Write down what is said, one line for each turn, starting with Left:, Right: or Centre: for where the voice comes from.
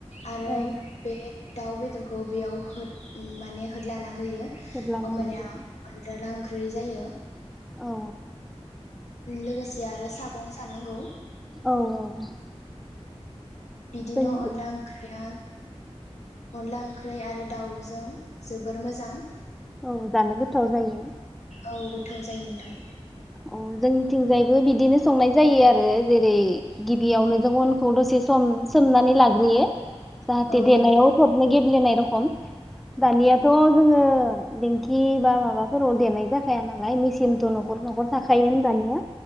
Left: आरो
Centre: औ
Left: बे दाउ बेदरखौ बेयाव होद माने होदलाना होयो
Centre: जेब्ला
Left: ओमबानिया
Centre: नांगौ जायो
Left: अनदिला ओंख्रै जायो।
Centre: औ
Left: लोगोसे आरो सागं सानांगौ।
Centre: औ औ
Left: बिदिनो
Centre: जोंनिखै
Left: अनला ओंख्रिया अनला ओंख्रि आरो दाउजों जोबोर मोजां।
Centre: औ जानो गोथाव जायो।
Left: औ गोथाव जायो नोंथां।
Centre: अ जों थिंजायबो बिदिनो संनाय जायो आरो जेरै गिबियावनो जों अनखौ दसे सम सोमनानै लाग्रोयो। जाहाथे
Left: औ
Centre: देनायाव
Left: नंगौ
Centre: थबनो गेब्लेनाय रख खम दानियाथ' जोङो दिंखि बा माबाफोराव देनाय जाखाया नालाय मेचिनथ' न'खर न'खर थाखायोनो दानिया।